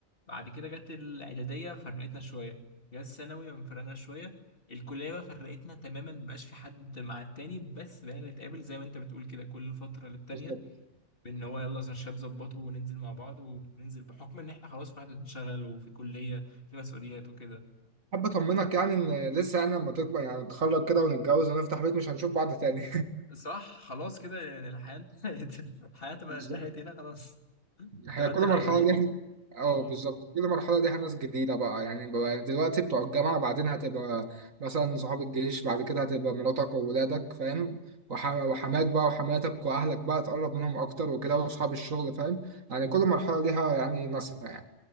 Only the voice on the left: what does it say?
بعد كده جت الاعداديه فرقتنا شويه جت الثانوي فرقنا شويه الكليه بقى فرقتنا تماما مبقاش في حد مع التاني بس بقينا نتقابل زي ما انت بتقول كده كل فتره للتانيه
ان هو يلا زي الشباب ظبطه وننزل مع بعض وننزل بحكم ان احنا خلاص كل واحد بنشتغل وفي كليه في مسؤوليات وكده
صح خلاص كده يعني الحياه انتهت <laughs> الحياه تبقى
انتهت هنا خلاص
تبقى
انت الاولاد
اه